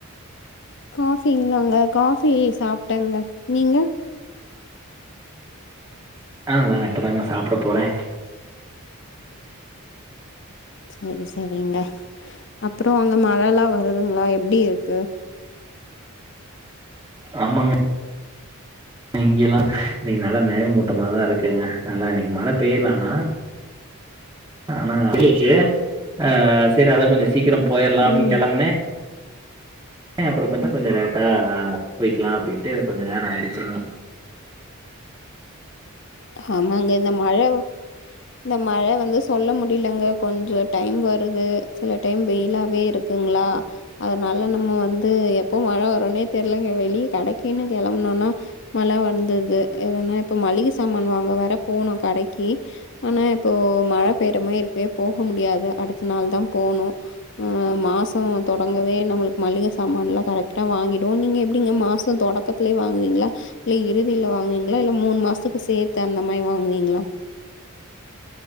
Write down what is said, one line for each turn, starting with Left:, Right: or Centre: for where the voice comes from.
Left: காஃபிங்ளாங்க காஃப் பி சாப்ட்டங்க நீங்க
Right: அ நானு இப்பதாங்க சாப்ட போறே
Left: சேரி சேரிங்க அப்பறோ அங்க மழல்லா வ வருதுங்களா எப்டி இருக்கு
Right: ஆமாங்க இங்கெல்லா இன்னிக்கு நல்லா மேகமூட்டமாதா இருக்குங்க நல்லா இன்னிக்கு மழ பேய்ல ஆனா ஆனா <inaudible> ஆஹ் சேரி அதா கொஞ்சோ சீக்கிரம் போயிரலா அப்டின்னு
Left: ம்
Right: கெளம்புனே ஏ அப்புறப்ப இன்னு கொஞ்சோ லேட்டா போய்க்கலா அப்படின்ட்டு கொஞ்ச நேரோ ஆயிடுச்சுங்க
Left: ஆமாங்க இந்த மழ வ இந்த மழ வந்து சொல்ல முடியலங்க கொஞ்சொ டைம் வருது சில டைம் வெயிலாவே இருக்குங்களா அதனால நம்ம வந்து எப்போ மழ வருனே தெரியலங்க வெளியே கடைக்குன்னு கெளம்புனோனா மழ வந்தது எதனா இப்போ மல்லிக சாமான் வாங்க வேற போணு கடைக்கு ஆனா இப்போ மழ பெய்ற மாரி இருக்குவே போக முடியாது அடுத்த நாள்தா போனு ஆஹ் மாசம் தொடங்கவே நம்மளுக்கு மளிக சாமான்லா கரெக்டா வாங்கிடுவோ நீங்க எப்டிங்க மாசொ தொடக்கத்துலயே வாங்குவீங்களா இல்ல இறுதியில வாங்குவீங்களா இல்ல மூணு மாசத்து க் சேத்து அந்த மாரி வாங்குவீங்களா